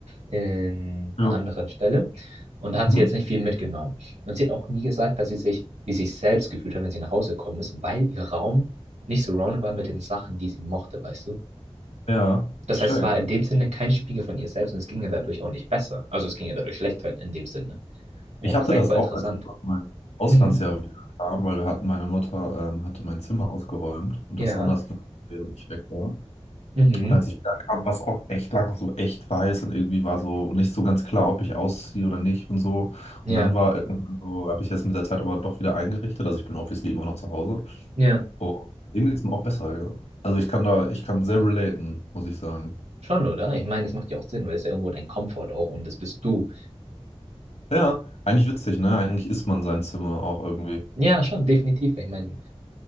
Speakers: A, on the right (about 85°); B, on the left (about 75°).
A: in
B: Ja.
A: einer anderen Stelle und da hat
B: Mhm.
A: sie jetzt nicht viel mitgenommen. Und sie hat auch nie gesagt, dass sie sich wie sich selbst gefühlt hat, wenn sie nach Hause gekommen ist, weil ihr Raum nicht surrounded war mit den Sachen, die sie mochte, weißt du?
B: Ja,
A: Das
B: ich
A: heißt,
B: check.
A: es war in dem Sinne kein Spiegel von ihr selbst und es ging ihr dadurch auch nicht besser. Also es ging ihr dadurch schlechter in dem Sinne. Oh,
B: Ich
A: das
B: hatte
A: ist eigentlich
B: das
A: voll
B: auch,
A: interessant.
B: als ich aus meinem Auslandsjahr
A: Mhm.
B: wieder kam, weil wir hatten, meine Mutter ähm, hatte mein Zimmer ausgeräumt und
A: Ja.
B: das anders gemacht, während ich weg war.
A: Mhm.
B: Und als ich wieder kam, war es auch echt lange so echt weiß und irgendwie war so nicht so ganz klar, ob ich ausziehe oder nicht und so.
A: Ja.
B: Und dann war irgendwann so, habe ich jetzt mit der Zeit aber doch wieder eingerichtet. Also ich bin obviously immer noch zu Hause.
A: Ja.
B: Oh, dem geht's mir auch besser, ja. Also ich kann da, ich kann sehr relaten, muss ich sagen.
A: Schon, oder? Ich meine, das macht ja auch Sinn, weil es ist ja irgendwo dein Komfort auch und das bist du.
B: Ja, eigentlich witzig, ne? Eigentlich isst man sein Zimmer auch irgendwie.
A: Ja, schon, definitiv. Ich meine,